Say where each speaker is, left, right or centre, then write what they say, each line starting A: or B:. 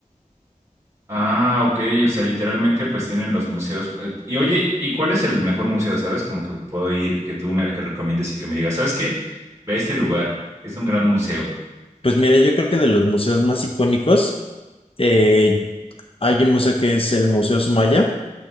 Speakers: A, on the right; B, on the left.
A: Ah, ok, o sea, literalmente pues tienen los museos. Eh, Y oye, ¿y cuál es el mejor museo, sabes? Como que puedo ir, que tú me que recomiendes y que me digas, ¿sabes qué? Ve a este lugar, es un gran museo.
B: Pues mire, yo creo que de los museos más icónicos, eh, hay un museo que es el Museo Sumaya,